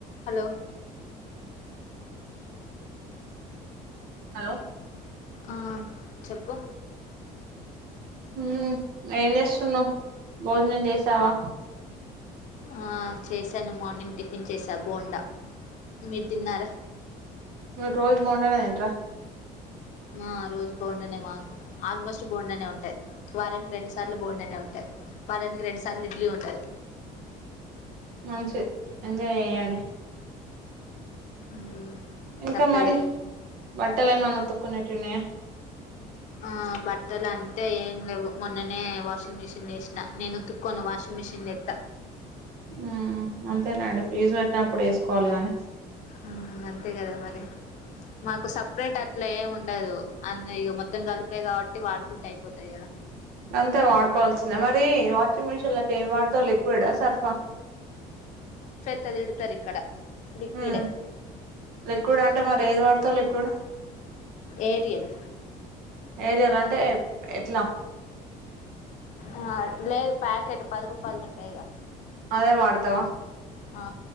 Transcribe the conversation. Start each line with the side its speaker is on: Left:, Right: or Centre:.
Left: Hello
Right: hello
Left: ఆ చెప్పు
Right: హ్మ్ ఏంచేస్తున్నావ్ భోజనం చేసావా
Left: ఆ చేశాను మార్నింగ్ టిఫిన్ చేసా బోండా మీరు తిన్నారా
Right: రోజు బొండనేతింట్రా
Left: ఆ ఆ రోజు బొండనే మాకు ఆల్మోస్ట్ బొండనే ఉంటాయి వారని రెండు సార్లు బొండనే ఉంటాయి వారానికి రెండు సార్లు ఇడ్లీ ఉంటది
Right: మంచిద్ ఎంజాయ్ చేయండి
Left: మ్,
Right: ఇంకా
Left: తప్పదిగా
Right: మరి బట్టలేమనా ఉతుకునేటియిన్నాయా
Left: ఆ బట్టలు అంతే ఏం లేవు మొన్ననే వాషింగ్ మిషన్లో ఎస్స్న నేను ఉతుక్కొను వాషింగ్ మిషిన్ తెత
Right: హ్మ్ అంతేలేండి ఫీజు కట్నపుడు వేసుకోవాలి గాని
Left: మ్, అంతే కదా మరి మాకు సపరేట్ అట్లా ఏమి ఉండదు అన్న ఇక మొత్తం కలిపే కాబట్టి వాడుకుంటే అయిపోతాయి కదా
Right: అంతే వాడుకోల్స మరి వాషింగ్ మిషిన్లకి ఏం వాడతావ్ లిక్విడ్ అ సర్ఫా
Left: ఇతే తిడ్తారు ఇక్కడ లిక్విడే
Right: హ్మ్ లిక్విడ్ అంటే మరి ఏది వాడతావ్ లిక్విడ్
Left: ఏరియల్
Right: ఏరియాల్ అంటే ఎట్లా
Left: ఆ లేదు ప్యాకెట్ పది రూపాయల్ద్ ఉంటైగా
Right: అదే వాడతావా
Left: ఆ